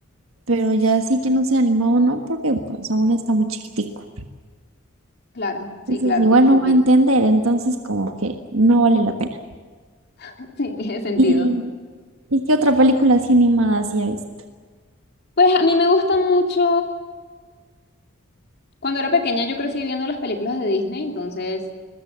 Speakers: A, on the right (about 85°); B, on the left (about 55°).
A: Pero ya sí que no sea animado, no, porque pues aún está muy chiquitico.
B: Claro, sí,
A: Entonces
B: claro,
A: igual
B: tiene
A: no
B: sentido.
A: va a entender, entonces como que no vale la pena.
B: <laughs> Sí, tiene sentido.
A: ¿Y, y qué otra película así animada sí ha visto?
B: Pues a mí me gusta mucho, cuando era pequeña yo crecí viendo las películas de Disney, entonces